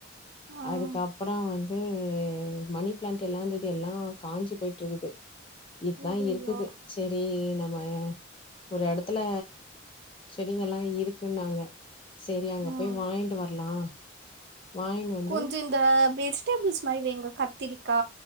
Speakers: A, on the right (about 55°); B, on the left (about 25°).
A: ம்
B: அதுக்கப்பறோ வந் ம் மணி ப்ளான்ண்ட் எல்லா இந்துது எல்லா காஞ்சு போய்ட்ருக்குது இதுதா
A: அய்யய்யோ
B: இருக்குது சேரி நம்ம ம் ஒரு எடத்துல செடிங்க எல்லா இருக்குன்னாங்க சேரி அங்க
A: ம்
B: போய் வாய்ன்ட்டு வர்லா வாய்ன் வந்து
A: கொஞ்சோ இந்த வெஜிடேபிள்ஸ் மாரி வெய்ங்க கத்திரிக்கா